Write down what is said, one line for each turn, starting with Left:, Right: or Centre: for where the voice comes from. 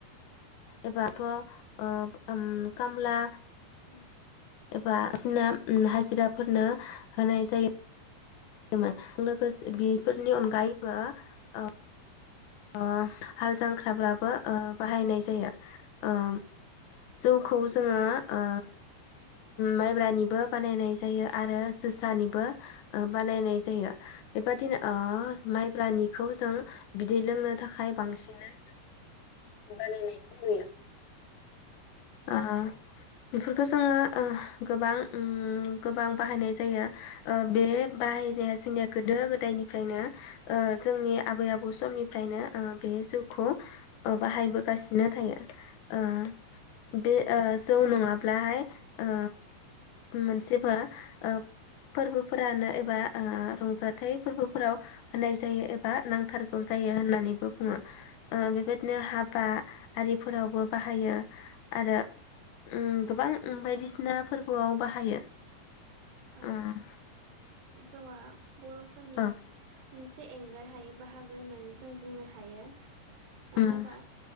Left: एबारथ' ओब ओम कामला
Right: उम
Left: एबा सिना उम हाजिराफोरनो होनाय जायो। <unintelligible> लोगोसे बेफोरनि अनगायैबो ओ ओ हाल जां ख्राब्राबो ओ बाहायनाय जायो। ओम जौखौ जोङो ओ माइब्रानिबो बानायनाय जायो आरो जोसानिबो ओ बानायनाय जायो। बेबादिनो ओ माइब्रानिखौ जों बि दै लोंनो थाखाय बांसिनै बानायनायखौ नुयो। ओ बेफोरखौ जोङो ओ गोबां उम गोबां बाहायनाय जायो ओ बे बाहायनाया जोंनिया गोदो गोदायनिफ्रायनो ओ जोंनि आबै आबौ समनिफ्रायनो ओ बे जौ खौ ओ बाहायबो गासिनो थायो ओ बे ओ जौ नङाब्लाहाय ओ मोनसिफो ओ फोरबोफोरानो एबा ओ रंजाथाइ फोरबोफोराव होनाय जायो एबा नांथारगौ जायो होननानैबो बुङो ओ बेबायदिनो हाबा आरिफोरावबो बाहायो आरो ओ गोबां बायदिसिना फोरबोआव बाहायो
Right: औ
Left: उम
Right: जौवा बर'फोरनि
Left: ओ
Right: मोनसे एंगार हायै बाहागो होननानै जों बुंनो हायो मानो
Left: उम
Right: हिनबा